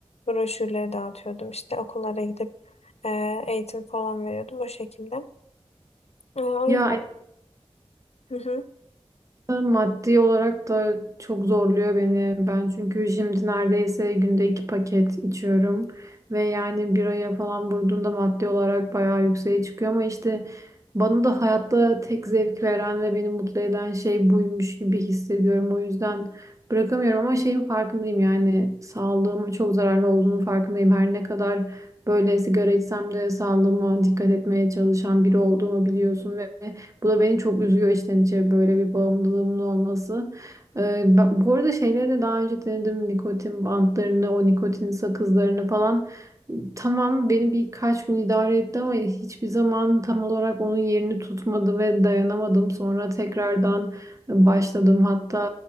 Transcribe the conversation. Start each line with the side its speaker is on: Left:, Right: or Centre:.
Left: broşürleri dağıtıyordum. İşte okullara gidip e, eğitim falan veriyordum o şekilde. E, o
Right: Ya
Left: yüzden... Hı hı.
Right: Maddi olarak da çok zorluyor beni. Ben çünkü şimdi neredeyse günde iki paket içiyorum. Ve yani bir aya falan vurduğunda maddi olarak bayağı yükseğe çıkıyor. Ama işte bana da hayatta tek zevk veren ve beni mutlu eden şey buymuş gibi hissediyorum. O yüzden bırakamıyorum ama şeyin farkındayım yani sağlığıma çok zararlı olduğunu farkındayım. Her ne kadar böyle sigara içsem de sağlığıma dikkat etmeye çalışan biri olduğumu biliyorsun ve bu da beni çok üzüyor içten içe böyle bir bağımlılığımın olması. Ee, ben- bu arada şeyleri de daha önce denedim. Nikotin bantlarını, o nikotin sakızlarını falan. Tamam beni birkaç gün idare etti ama hiçbir zaman tam olarak onun yerini tutmadı ve dayanamadım. Sonra tekrardan başladım. Hatta